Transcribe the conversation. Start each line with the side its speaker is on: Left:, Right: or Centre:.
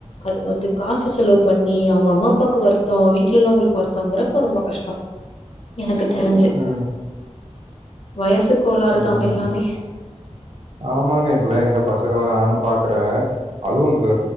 Left: அது வந்து காசு செலவு பண்ணி அவுங்கம்மா பாக்கு வருத்தோ வீட்ல உள்ளவுங்குளுக்கு வருத்தோங்கிறப்ப ரொம்ப கஷ்டோ எனக் கு தெரிஞ்சு
Right: ம்,
Left: வயசு கோளாறுதா
Right: ம்.
Left: எல்லாமே
Right: ஆமாங்க இப்பல்லா எங்க பசங்கள நானு பாக்குறே அதுவு இந்த